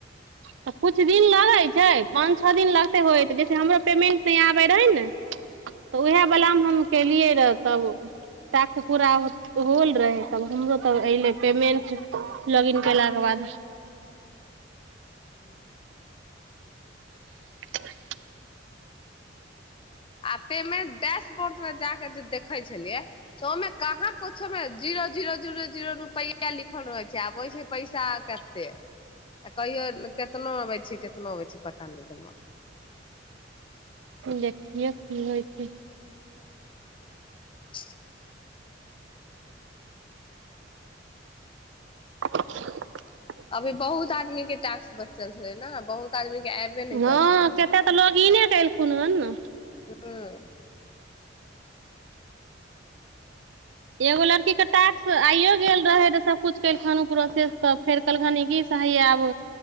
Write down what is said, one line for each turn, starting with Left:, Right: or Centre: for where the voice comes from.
Right: तऽ कछु दिन लगैत छै पाँच छओ दिन लगते होय जैसे हमरो पेमेंट आबे रहै ने तऽ उएह बला मे हम केलियै रऽ तब ताक पूरा होल रहै तब हमरो तऽ ले पेमेंट लॉगिन कलाके बाद
Left: हू
Right: त
Left: आ पेमेंट डैशबोर्ड मे जाक जे देखे छलियै तमे कहाँ कमे जीरो जीो जरो जीरो रू पै लिखल रहै छै आबै छै पैसा कते आ कहियो केतना अबै छै कितना अबे छै पता नहि जमा
Right: देखियौ की होइ छै
Left: <unintelligible>
Right: <unintelligible>
Left: अभी बहुत आदमी के टै्स बचल छले ने बहुत आदमी के एबे नहि
Right: हँ
Left: कयल छलै
Right: कतेक तऽ लोग ईने क एलखुन हन ने
Left: ह
Right: एगो लड़कीके टास्क आइो गेल रहै तऽ सभकुछु केलखन प्रोसेस तऽ फेर कहलखिन की स हीये आब